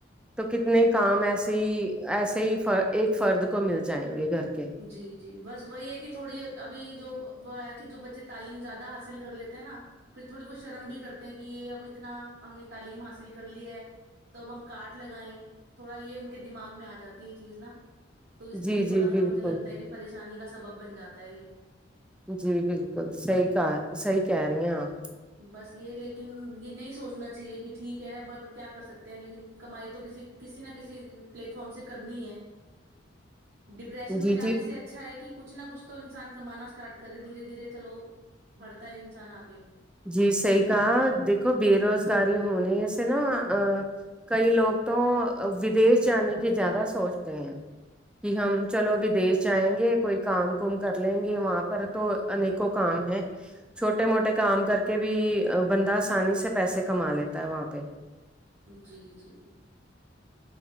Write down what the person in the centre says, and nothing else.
تو کتنے کام
ایسے ہی ایسے ہی فر ایک فرد کو مل جائیں گے گھر کے
جی
جی
بالکل
جی بالکل صحیح کہا صحیح کہہ رہی ہیں آپ
جی
جی
جی صحیح کہا دیکھو بے روزگاری ہونے سے نا ا کئی لوگ تو ودیش جانے کی زیادہ سوچتے ہیں کہ ہم چلو ودیش جائیں گے کوئی کام کوم کر لیں گے وہاں پر تو انیکوں کام ہے چھوٹے موٹے کام کر کے بھی بندہ آسانی سے پیسے کما لیتا ہے وہاں پہ